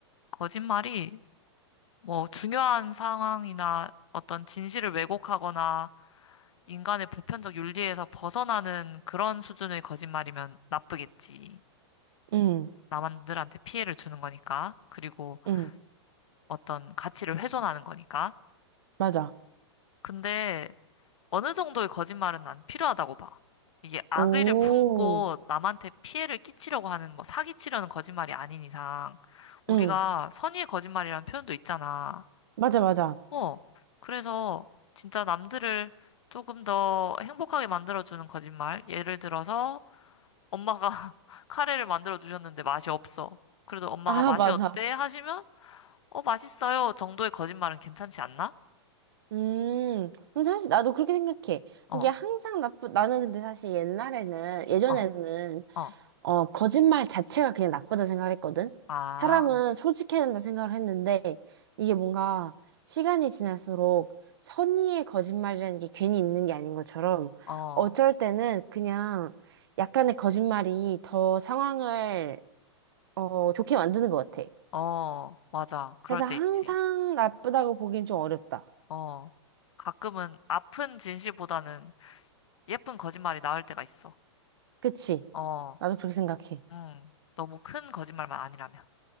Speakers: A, on the left; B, on the right.
A: 거짓말이 뭐 중요한 상황이나 어떤 진실을 왜곡하거나 인간의 보편적 윤리에서 벗어나는 그런 수준의 거짓말이면 나쁘겠지.
B: 응,
A: 남들한테 피해를 주는 거니까. 그리고
B: 응,
A: 어떤 가치를 훼손하는 거니까.
B: 맞아.
A: 근데 어느 정도의 거짓말은 난 필요하다고 봐. 이게 악의를
B: 오,
A: 품고 남한테 피해를 끼치려고 하는 뭐 사기치려는 거짓말이 아닌 이상 우리가
B: 응,
A: 선의의 거짓말이라는 표현도 있잖아.
B: 맞아, 맞아.
A: 어, 그래서 진짜 남들을 조금 더 행복하게 만들어주는 거짓말. 예를 들어서 엄마가 <laughs> 카레를 만들어 주셨는데 맛이 없어. 그래도 엄마가
B: 아,
A: 맛이
B: 맞아.
A: 어때? 하시면 어, 맛있어요 정도의 거짓말은 괜찮지 않나?
B: 음, 근데 사실 나도 그렇게 생각해.
A: 어.
B: 이게 항상 나쁘, 나는 근데 사실 옛날에는, 예전에는,
A: 어. 어,
B: 어, 거짓말 자체가 그냥 나쁘다 생각을 했거든?
A: 아,
B: 사람은 솔직해야 된다 생각을 했는데, 이게 뭔가 시간이 지날수록 선의의 거짓말이라는 게 괜히 있는 게 아닌 것처럼,
A: 어,
B: 어쩔 때는 그냥 약간의 거짓말이 더 상황을, 어, 좋게 만드는 것 같아.
A: 어, 맞아. 그럴
B: 그래서
A: 때
B: 항상
A: 있지.
B: 나쁘다고 보기엔 좀 어렵다.
A: 어, 가끔은 아픈 진실보다는 예쁜 거짓말이 나을 때가 있어.
B: 그치?
A: 어,
B: 나도 그렇게 생각해.
A: 응. 너무 큰 거짓말만 아니라면.